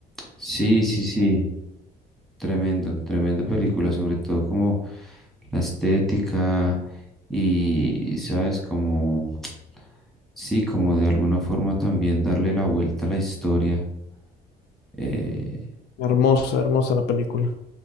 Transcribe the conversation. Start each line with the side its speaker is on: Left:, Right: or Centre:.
Centre: Sí, sí, sí. Tremendo, tremenda película, sobre todo como la estética y, ¿sabes? Como, sí, como de alguna forma también darle la vuelta a la historia. eh,
Left: Hermosa, hermosa la película.